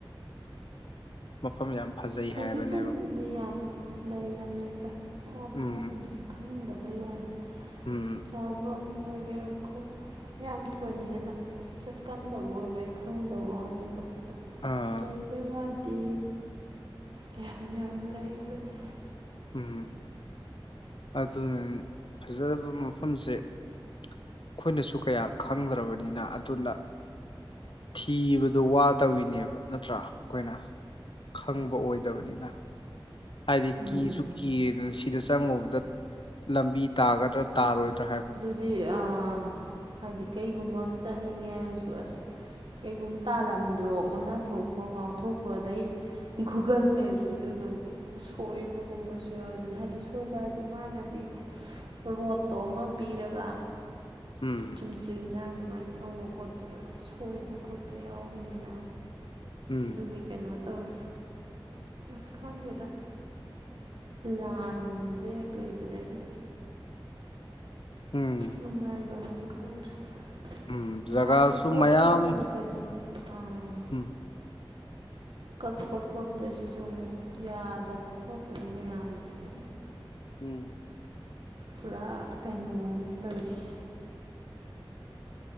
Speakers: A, on the left; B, on the right.
A: ꯃꯐꯝ ꯌꯥꯝꯅ ꯐꯖꯩ
B: ꯍꯧꯖꯤꯛꯀꯥꯟꯗꯤ
A: ꯍꯥꯏꯕꯅꯦꯕ
B: ꯌꯥꯝ ꯂꯩꯔꯝꯅꯦꯕ ꯃꯐꯝꯁꯦ
A: ꯎꯝ
B: ꯈꯪꯗꯕꯩ ꯋꯥꯅꯦ
A: ꯎꯝ
B: ꯆꯥꯐꯝ ꯑꯣꯏꯒꯦꯔꯥꯈꯣ ꯌꯥꯝ ꯊꯣꯏꯅ ꯍꯦꯟꯅ ꯆꯠꯀꯟꯗꯕ ꯑꯣꯏꯕꯩ ꯈꯪꯗꯕ ꯋꯥꯅꯤꯕ
A: ꯑꯥ
B: ꯂꯩꯕꯩ ꯋꯥꯗꯤ ꯃꯌꯥꯝ ꯌꯥꯝ ꯂꯩꯕꯅꯦ
A: ꯎꯝ ꯑꯗꯨꯅ ꯐꯖꯔꯕ ꯃꯐꯝꯁꯦ ꯑꯩꯈꯣꯏꯅꯁꯨ ꯀꯌꯥ ꯈꯪꯗ꯭ꯔꯕꯅꯤꯅ ꯑꯗꯨꯅ ꯊꯤꯕꯗ ꯋꯥꯇꯕꯤꯅꯦꯕ ꯅꯠꯇ꯭ꯔꯥ ꯑꯩꯈꯣꯏꯅ ꯈꯪꯕ ꯑꯣꯏꯗꯕꯅꯤꯅ ꯍꯥꯏꯗꯤ
B: ꯎꯝ
A: ꯀꯤꯁꯨ
B: ꯎꯝ
A: ꯀꯤꯗ ꯁꯤꯗ ꯆꯪꯉꯨꯗ ꯂꯝꯕꯤ ꯇꯥꯒꯗ꯭ꯔꯥ ꯇꯥꯔꯣꯏꯗ꯭ꯔꯥ ꯍꯥꯏꯕ
B: ꯗꯤ ꯑ ꯍꯥꯏꯗꯤ ꯀꯩꯒꯨꯝꯕ ꯑꯝ ꯆꯠꯅꯤꯡꯉꯦ ꯍꯥꯏꯁꯨ ꯑꯁ ꯀꯩꯒꯨꯝ ꯇꯥꯂꯝꯗ꯭ꯔꯣ ꯑꯣꯟꯅ ꯊꯣꯛꯈ꯭ꯔꯣ ꯉꯥꯎꯊꯣꯛꯈ꯭ꯔꯣ ꯑꯗꯩ ꯒꯨꯒꯜ ꯃꯦꯞꯖꯤꯖꯨ ꯗꯨꯝ ꯁꯣꯏꯕꯒꯨꯝꯕꯁꯨ ꯌꯥꯎꯋꯤꯗꯅ ꯍꯥꯏꯗꯤ ꯁꯣꯏꯕ ꯍꯥꯏꯗꯤ ꯃꯥꯅꯗꯤ ꯔꯣꯠꯇꯣ ꯑꯃ ꯄꯤꯔꯒ
A: ꯎꯝ
B: ꯆꯨꯝꯇ꯭ꯔꯤꯡꯅ ꯑꯗꯨꯃꯥꯏꯟ ꯇꯧꯕ ꯈꯣꯠꯄꯗ ꯁꯣꯏꯕ ꯈꯣꯠꯄ ꯌꯥꯎꯕꯅꯤꯅ
A: ꯎꯝ
B: ꯑꯗꯨꯒꯤ ꯀꯩꯅꯣ ꯇꯧꯋꯦ ꯑꯁ ꯈꯪꯗꯦꯗ ꯂꯥꯟꯖꯦꯛ ꯂꯩꯕꯗꯒꯤ
A: ꯎꯝ
B: ꯅꯨꯡꯉꯥꯏꯕꯝ ꯑꯝ ꯈꯪꯍꯗ꯭ꯔꯦ
A: ꯎꯝ ꯖꯒꯥꯁꯨ
B: ꯀꯥꯟꯁꯦ ꯄꯣꯠ
A: ꯃꯌꯥꯝ
B: ꯆꯩ ꯀꯔꯤ ꯀꯔꯤ ꯑꯥ
A: ꯎꯝ
B: ꯀꯛꯄ ꯈꯣꯠꯄꯖꯤꯖꯨ ꯑꯃꯨꯛ ꯌꯥꯗꯕ ꯈꯣꯠꯇꯕ ꯃꯌꯥꯝꯖꯤꯅ
A: ꯎꯝ
B: ꯄꯨꯔꯥ ꯀꯩꯅꯣ ꯑꯝꯅꯤ ꯇꯣꯏꯁꯤ